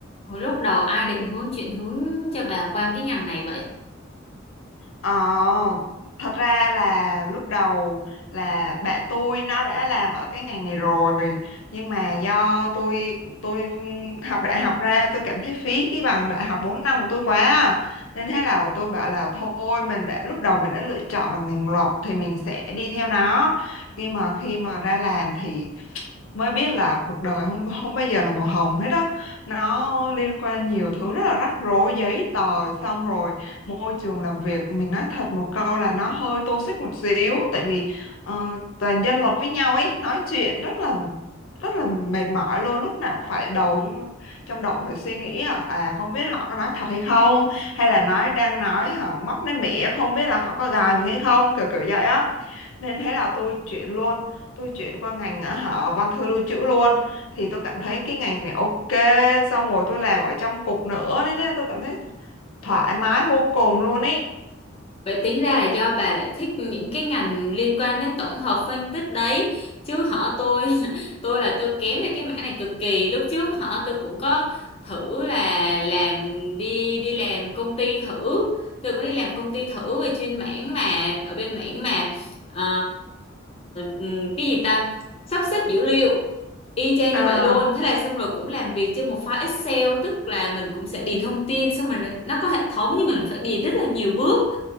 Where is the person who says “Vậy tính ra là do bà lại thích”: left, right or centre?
Left